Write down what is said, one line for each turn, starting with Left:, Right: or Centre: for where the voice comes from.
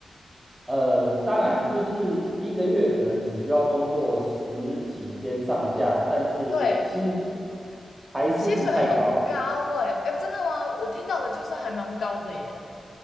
Right: 呃，当然，就是一个月可能只需要工作十几天上下，但是薪水
Left: 对，
Right: 还是不太高啦。
Left: 薪水很高哎、哎，真的吗？我听到的就是还蛮高的耶，